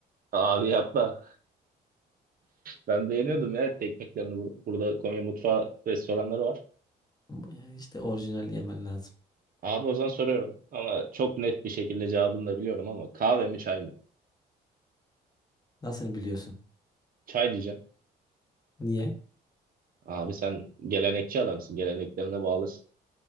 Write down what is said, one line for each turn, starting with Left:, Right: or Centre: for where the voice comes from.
Right: Abi yapma. Ben beğeniyordum ya etli ekmeklerini. Bur- Burada Konya mutfağı restoranları var.
Left: Yani İşte orijinal yemen lazım.
Right: Abi o zaman soruyorum. Ama çok net bir şekilde cevabını da biliyorum ama kahve mi çay mı?
Left: Nasıl biliyorsun?
Right: Çay diyeceğim.
Left: Niye?
Right: Abi sen gelenekçi adamsın. Geleneklerine bağlısın.